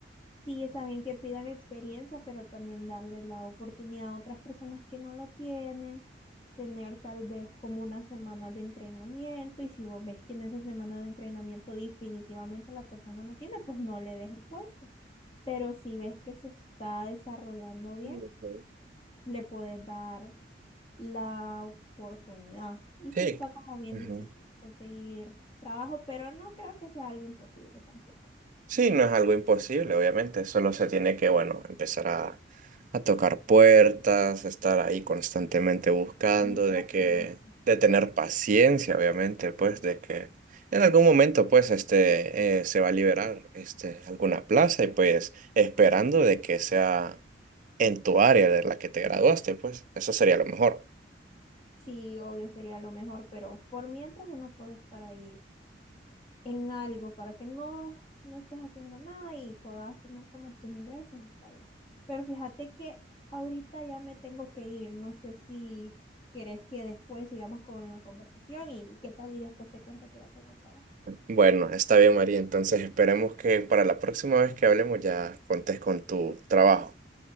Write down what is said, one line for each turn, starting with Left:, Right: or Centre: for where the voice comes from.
Left: Sí, está bien que pidan experiencia, pero también darle la oportunidad a otras personas que no lo tienen, tener tal vez como una semana de entrenamiento y si vos ves que en esa semana de entrenamiento definitivamente la persona no tiene, pues no le des el puesto. Pero si ves que se está desarrollando bien,
Right: Ok.
Left: le podés dar la oportunidad. Y
Right: Sí.
Left: sí está como bien
Right: Ujú.
Left: difícil conseguir trabajo, pero no creo que sea algo imposible tampoco.
Right: Sí, no es algo imposible, obviamente. Solo se tiene que, bueno, empezar a, a tocar puertas, estar ahí constantemente buscando,
Left: Tenés
Right: de
Left: paciencia.
Right: que, de tener paciencia, obviamente, pues, de que en algún momento, pues, este, eh, se va a liberar, este, alguna plaza y, pues, esperando de que sea en tu área de la que te graduaste, pues, eso sería lo mejor.
Left: Sí, obvio sería lo mejor, pero por mientras uno puede estar ahí en algo para que no, no estés haciendo nada y puedas tener como tus ingresos, está bien. Pero fíjate que ahorita ya me tengo que ir, no sé si querés que después sigamos con la conversación y qué tal y después te cuente que ya tengo trabajo.
Right: Bueno, está bien, María. Entonces esperemos que para la próxima vez que hablemos ya contes con tu trabajo.